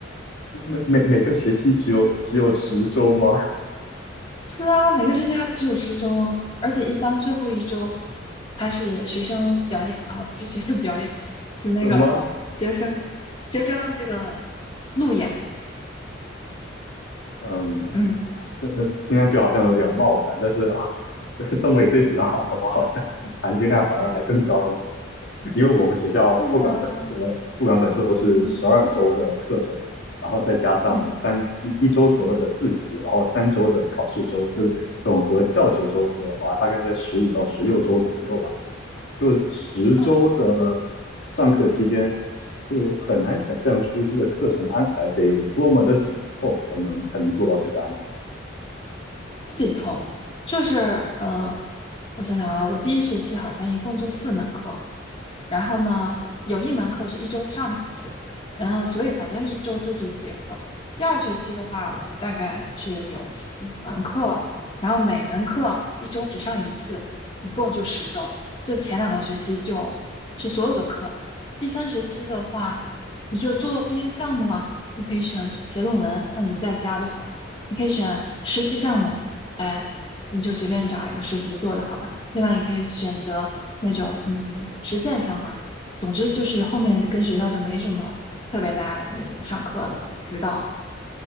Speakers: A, on the left; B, on the left.
A: 每每每个学期只有只有十周吗？
B: 是啊，每个学期还只有十周啊，而且一般最后一周还是学生表演啊，不是学生表演，是那个学生学生这个
A: 什么？
B: 路演。
A: 嗯，
B: 嗯，
A: 这听上去好像有点冒犯，但是 <laughs> 这么一对比的话，我好像含金量反而还更高一些，因为我们学校不管本硕不管本硕都是十二周的课程，
B: 是啊，嗯
A: 然后再加上三一一周左右的自习，
B: 嗯
A: 然后三周的考试周，这总和教学周的话，大概在十五到十六周左右吧。就十周的上课期间，
B: 嗯，
A: 就很难想象出这个课程的安排得有多么的紧凑，才能才能做到这个安排
B: 不紧凑，就是呃，我想想啊，我第一学期好像一共就四门课，然后呢，有一门课是一周上两次，然后所以反正一周就是五节课。第二学期的话，我大概是有四五门课，然后每门课一周只上一次，一共就十周。这前两个学期就是所有的课了，第三学期的话，你就做毕业项目了，你可以选写论文，那你就在家就好了。你可以选实习项目，哎，你就随便找一个实习做就好了。另外，你可以选择那种嗯实践相关的。总之就是后面跟学校就没什么特别大的那种上课的指导了，